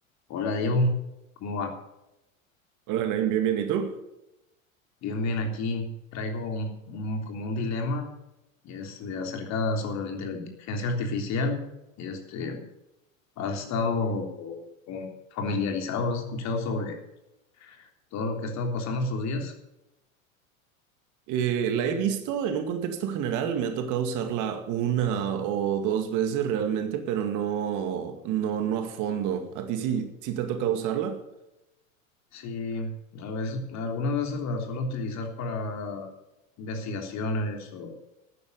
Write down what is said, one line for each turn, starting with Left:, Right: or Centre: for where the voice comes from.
Left: Hola Diego, ¿cómo va?
Right: Hola, Nain, bien, bien. ¿Y tú?
Left: Bien, bien, aquí traigo un, un- como un dilema y es de acerca sobre la inteligencia artificial. Este, ¿has estado como familiarizado, has escuchado sobre todo lo que ha estado pasando estos días?
Right: Eh, la he visto en un contexto general, me ha tocado usarla una o dos veces realmente, pero no, no, no a fondo. ¿A ti sí, sí te ha tocado usarla?
Left: Sí, a veces, algunas veces la suelo utilizar para investigaciones o